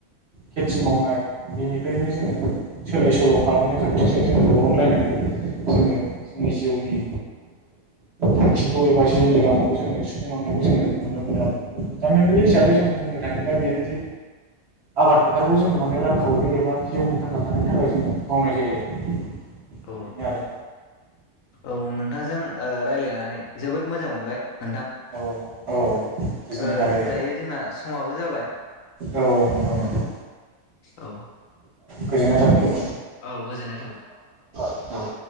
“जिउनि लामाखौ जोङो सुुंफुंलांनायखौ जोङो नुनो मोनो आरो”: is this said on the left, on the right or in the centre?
Right